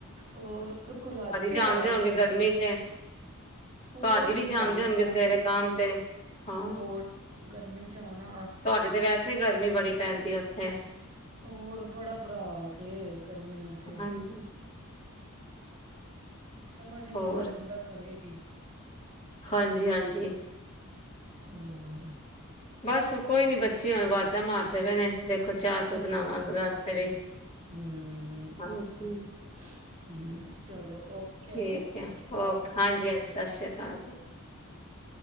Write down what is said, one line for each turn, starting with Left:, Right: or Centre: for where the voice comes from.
Right: ਹੋਰ ਬਿਲਕੁਲ ਰੱਜ ਕੇ
Left: ਜਾਣਦੇ
Right: ਪੈ ਰਹੀ
Left: ਹੋਣਗੇ
Right: ਗਰਮੀ
Left: ਚ
Right: ਹੋਰ
Left: ਭਾਜੀ ਵੀ
Right: ਕੀ ਕਰੀਏ
Left: ਜਾਂਦੇ
Right: ਉਹਨਾਂ
Left: ਹੋਣਗੇ ਸਵੇਰੇ
Right: ਨੂੰ
Left: ਕੰਮ ਤੇ ਹਾਂ
Right: ਹੋਰ ਗਰਮੀ ਜਾਂ ਉਹਨਾਂ
Left: ਤੁਹਾਡੇ ਤੇ ਵੈਸੇ ਹੀ ਗਰਮੀ ਬੜੀ ਪੈਂਦੀ ਹੈ ਉਥੇ ਹੈ
Right: ਹੋਰ ਬੜਾ ਬੁਰਾ ਹਾਲ ਚ ਗਰਮੀ ਨਿਲ ਤੇ
Left: ਹਾਂਜੀ
Right: ਹੈ ਸਮਝ ਹੀ ਨਹੀਂ
Left: ਹੋਰ
Right: ਆਉਂਦਾ ਬੰਦਾ ਕਰੇਗੀ
Left: ਹਾਂਜੀ ਹਾਂਜੀ
Right: ਹੋਰ
Left: ਬਸ ਕੋਈ ਨੀ ਬੱਚੀੁ ਅਵਾਜ਼ਾਂ ਮਾਰਦੇ ਪਏ ਨੇ ਦੇਖੋ ਚਾਹ ਚੂ
Right: ਅੱਛਾ
Left: ਬਣਾਵਾਂ
Right: ਅੱਛਾ ਅੱਛਾ
Left: ਵਾਸਤੇ
Right: ਅੱਛਾ ਹਮ
Left: ਵੀ ਹਾਂਜੀ
Right: ਕੋਈ ਨੀ ਕੋਈ ਨੀ ਹਮ ਚਲੋ ਓਕੇ
Left: ਠੀਕ
Right: ਹਨਾ ਸਤਿ
Left: ਹੈ
Right: ਸ਼੍ਰੀ ਅਕਾਲ
Left: ਓ ਹਾਂਜੀ ਹਾਂਜੀ ਸਤਿ ਸ੍ਰੀ ਅਕਾਲ ਜੀ
Right: ਅਸ